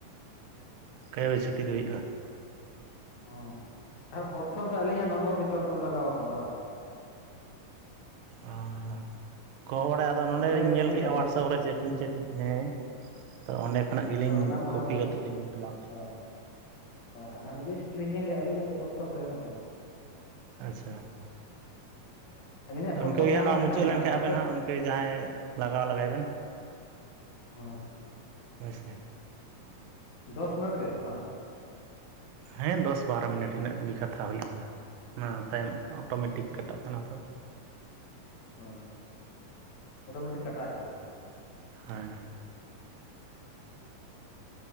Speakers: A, on the right; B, on the left.
A: ᱚᱠᱟ ᱵᱟᱡᱮ ᱪᱷᱩᱴᱤ ᱫᱚ ᱦᱩᱭᱩᱜᱼᱟ
B: ᱚ <unintelligible> ᱟᱨ ᱯᱨᱚᱛᱷᱚᱢ ᱫᱚ ᱟᱹᱞᱤᱧᱟᱜ ᱱᱚᱢᱵᱚᱨ ᱜᱮ ᱪᱚᱴ ᱨᱮ ᱞᱟᱜᱟᱣ ᱠᱟᱱᱟ ᱵᱟᱝ?
A: <unintelligible> ᱟᱫᱚ ᱱᱚᱸᱰᱮᱧ
B: ᱱᱚᱸᱰᱮ
A: ᱧᱮᱞ
B: ᱧᱮᱞᱮᱫᱼᱟ
A: ᱠᱮᱫ-ᱟ ᱦᱚᱣᱟᱴᱥᱮᱯ
B: ᱞᱤᱧ
A: ᱨᱮ ᱪᱮᱴᱤᱝ ᱥᱮᱴᱤᱝ ᱦᱮᱸ ᱛᱚ ᱚᱸᱰᱮ ᱠᱷᱚᱱᱟᱜ ᱜᱮᱞᱤᱧ
B: ᱦᱳᱭ ᱚᱱᱟ ᱢᱟ
A: ᱠᱚᱯᱤ
B: ᱦᱳᱭ ᱜᱮ
A: ᱠᱟᱛᱮᱫ ᱞᱤᱧ ᱴᱟᱞᱟᱣ ᱠᱮᱫ᱾
B: ᱚ ᱚ ᱟᱨ ᱱᱚᱰᱮ ᱞᱤᱥᱴ ᱞᱤᱧ ᱧᱮᱞᱮᱫ-ᱟ ᱟᱹᱞᱤᱧᱟᱜ ᱜᱮ ᱯᱨᱚᱛᱷᱚᱢ ᱨᱮ ᱮᱢ ᱟᱠᱟᱭ᱾
A: ᱟᱪᱪᱷᱟ,
B: <inaudible>
A: ᱚᱱᱠᱟ ᱜᱮ ᱦᱟᱸᱜ
B: ᱜᱟᱱ
A: ᱱᱚᱣᱟ
B: ᱞᱮᱱ
A: ᱢᱩᱪᱟᱹᱫ
B: ᱛᱟᱦᱮᱱᱟ
A: ᱞᱮᱱᱠᱷᱟᱡ
B: ᱟᱫᱚ ᱦᱟᱱᱛᱮ
A: ᱟᱵᱮᱱ ᱦᱟᱸᱜ ᱜᱚᱝᱠᱮ ᱡᱟᱦᱟᱸᱭ ᱞᱟᱜᱟᱣ ᱞᱟᱜᱟᱭ ᱵᱮᱱ᱾
B: ᱦᱳᱭ,
A: ᱦᱳᱭ ᱥᱮ <inaudible>
B: ᱫᱚᱥ ᱢᱤᱱᱤᱴ ᱜᱮ ᱚᱱᱟ ᱦᱚ
A: ᱦᱮᱸ ᱫᱚᱥ ᱵᱟᱨᱚ ᱢᱤᱱᱤᱴ ᱨᱮᱱᱟᱜ ᱜᱮ ᱠᱟᱛᱷᱟ ᱦᱩᱭ ᱠᱟᱱᱟ ᱚᱱᱟ ᱛᱟᱭᱚᱢ ᱚᱴᱳᱢᱮᱴᱤᱠ ᱠᱟᱴᱟᱜ ᱠᱟᱱᱟ ᱛᱚ᱾
B: ᱦᱮᱸ, ᱚᱴᱳᱢᱮᱴᱤᱠ ᱠᱟᱴᱟᱜᱟ ᱟᱡ ᱛᱮᱜᱮ᱾
A: ᱦᱮᱸ,